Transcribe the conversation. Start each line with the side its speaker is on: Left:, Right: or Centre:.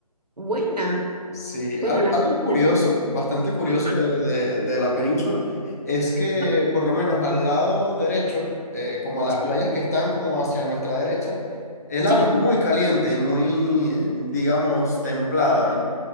Right: Buena.
Left: Sí,
Right: Bueno,
Left: al-
Right: la,
Left: algo curioso,
Right: la-
Left: bastante curioso
Right: ajá,
Left: de, de- de la península, es que
Right: ajá,
Left: por lo menos al lado derecho, eh, como las playas
Right: sí,
Left: que están como hacia nuestra derecha, el
Right: sí,
Left: agua es muy caliente y muy, eh, digamos, templada, ¿no?